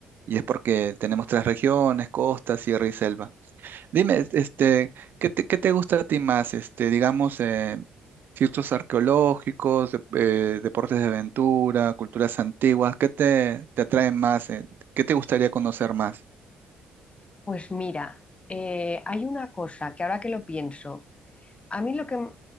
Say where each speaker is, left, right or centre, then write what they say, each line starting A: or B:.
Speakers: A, on the right; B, on the left.
A: y es porque tenemos tres regiones, costa, sierra y selva. Dime, este, ¿qué te, qué te gusta a ti más? Este, digamos, eh, sitios arqueológicos, dep- eh, deportes de aventura, culturas antiguas, ¿qué te, te atrae más? eh? ¿Qué te gustaría conocer más?
B: Pues mira, eh, hay una cosa que ahora que lo pienso, a mí lo que m-